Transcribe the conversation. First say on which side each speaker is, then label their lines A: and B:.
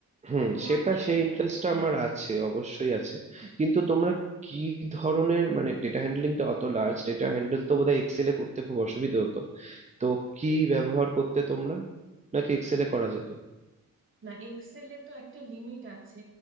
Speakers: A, on the right; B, on the right.
A: হুম
B: তো তোমার
A: সেটা
B: কি
A: সেই ইন্টারেস্টটা
B: হ্যাঁ
A: আমার আছে অবশ্যই আছে কিন্তু তোমরা কি ধরনের মানে ডেটা হ্যান্ডলিংটা অত লার্জ ডেটা হ্যান্ডেল তো বোধহয় এক্সেলে করতে খুব অসুবিধা হতো তো কি ব্যবহার করতে তোমরা নাকি এক্সেলে করা যেত
B: না এক্সেলে তো একটা লিমিট আছে